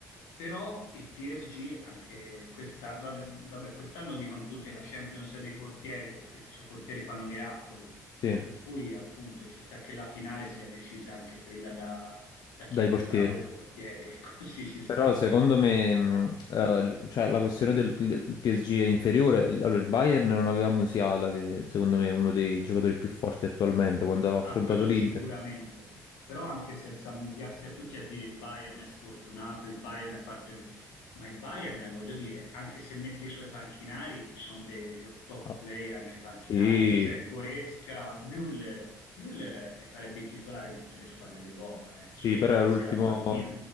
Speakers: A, on the left; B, on the left.
A: però il PSG anche questa, vabbè, vabbè, quest'anno dicono tutti è la Champions dei portieri perché ci sono portieri che fanno miracoli,
B: Sì,
A: per cui appunto ci sta che la finale sia decisa anche quella da, da chi
B: dai
A: è più
B: portieri.
A: bravo dei portieri, e così <laughs> ci sta,
B: Però secondo me
A: ci sta.
B: mh, eh, il- cioè, la questione del del PSG è inferiore. Il- Allora, il Bayern non aveva Musiala, che secondo me è uno dei giocatori più forti attualmente quando ha affrontato
A: A quello
B: l'Inter.
A: sicuramente, però anche senza Musiala, cioè tutti a dire il Bayern è sfortunato, il Bayern è parte... Ma il Bayern, voglio dire, anche se mette i suoi panchinari, sono dei gio- top
B: Ah,
A: player anche panchinari,
B: sì,
A: eh. cioè Goretzka, Müller, Müller eh, farebbe il titolare in tutte le squadre d'Europa,
B: sì,
A: eh. Insomma,
B: però
A: anche
B: era l'ultimo
A: se era in panchina.